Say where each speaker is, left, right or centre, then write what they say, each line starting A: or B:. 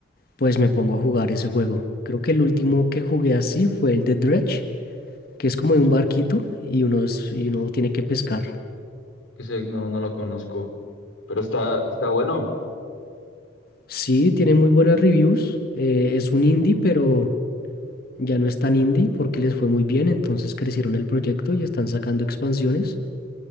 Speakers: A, on the left (about 50°); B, on the left (about 70°).
A: pues me pongo a jugar ese juego. Creo que el último que jugué así fue el de Dredge, que es como de un
B: Twitch.
A: barquito y uno, es- y uno tiene que pescar.
B: Ese no, no lo conozco, pero está, está bueno.
A: Sí, tiene muy buenas reviews. eh, es un indie, pero... Ya no es tan indie porque les fue muy bien, entonces crecieron el proyecto y están sacando expansiones.